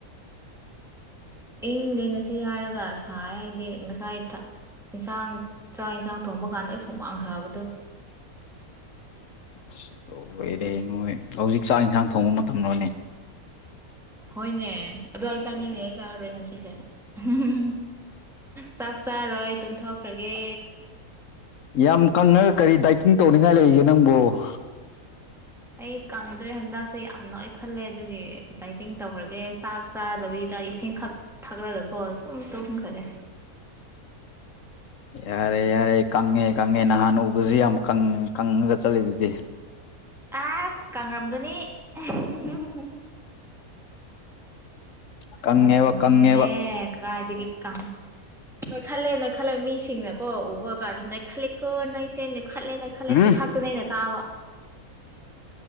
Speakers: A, in the centre; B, on the left.
A: ꯏꯪꯗꯦ ꯉꯁꯤ ꯍꯥꯏꯔꯒ ꯁꯥ ꯍꯥꯏꯗꯦ ꯉꯁꯥꯏꯛ ꯏꯟꯁꯥꯡ ꯆꯥꯛ ꯌꯦꯟꯁꯥꯡ ꯊꯣꯡꯕ ꯀꯥꯟꯗ ꯍꯨꯝꯃꯥꯡ ꯁꯥꯕꯗꯣ
B: ꯑꯁ ꯂꯣꯏꯔꯦ ꯅꯣꯏ ꯍꯧꯖꯤꯛ ꯆꯥꯛ ꯏꯟꯁꯥꯡ ꯊꯣꯡꯕ ꯃꯇꯝꯂꯣꯅꯦ
A: ꯍꯣꯏꯅꯦ ꯑꯗꯨ ꯑꯩ ꯆꯥꯅꯤꯡꯉꯦ ꯆꯥꯔꯔꯣꯏ ꯉꯁꯤꯁꯦ ꯍꯝꯍꯝꯍꯝ ꯆꯥꯛ ꯆꯥꯔꯣꯏ ꯇꯨꯝꯊꯣꯛꯈ꯭ꯔꯒꯦ
B: ꯌꯥꯝ ꯀꯪꯉꯒ ꯀꯔꯤ ꯗꯥꯏꯇꯤꯡ ꯇꯧꯅꯤꯡꯉꯥꯏ ꯂꯩꯒꯦ ꯅꯪꯕꯨ
A: ꯑꯩ ꯀꯪꯗꯣꯏꯔꯤ ꯍꯟꯗꯛꯁꯦ ꯌꯥꯝ ꯂꯣꯏ ꯈꯜꯂꯦ ꯑꯗꯨꯒꯤ ꯗꯥꯏꯇꯤꯡ ꯇꯧꯈ꯭ꯔꯒꯦ ꯆꯥꯛ ꯆꯥꯗꯕꯤꯗ ꯏꯁꯤꯡ ꯈꯛ ꯊꯛꯂꯒꯀꯣ ꯑꯗꯨꯨꯝ ꯇꯨꯝꯈ꯭ꯔꯒꯦ
B: ꯌꯥꯔꯦ ꯌꯥꯔꯦ ꯀꯪꯉꯦ ꯀꯪꯉꯦ ꯅꯍꯥꯟ ꯎꯕꯁꯨ ꯌꯥꯝ ꯀꯪ ꯀꯪꯉꯒ ꯆꯠꯂꯤ ꯑꯗꯨꯗꯤ
A: ꯑꯁ ꯀꯪꯉꯝꯒꯅꯤ ꯑꯥꯍꯤꯍꯤꯍꯤ
B: ꯀꯪꯉꯦꯕ
A: ꯅꯪꯛꯄꯨ ꯅꯣꯛꯅꯤꯡꯉꯦ
B: ꯀꯪꯉꯦꯕ
A: ꯀꯥꯏꯗꯒꯤ ꯀꯪ ꯅꯣꯏ ꯈꯜꯂꯦꯅ ꯅꯣꯏ ꯈꯜꯂꯦ ꯃꯤꯁꯤꯡꯅ ꯀꯣ ꯎꯕ ꯀꯥꯟꯗ ꯅꯩꯈꯠꯂꯂꯤꯀꯣ ꯅꯣꯏꯁꯦ ꯅꯦꯛꯈꯠꯂꯦ ꯅꯩꯈꯠꯂꯦ
B: ꯎꯝ
A: ꯁꯤ ꯈꯛꯇ ꯅꯩꯅ ꯇꯥꯕ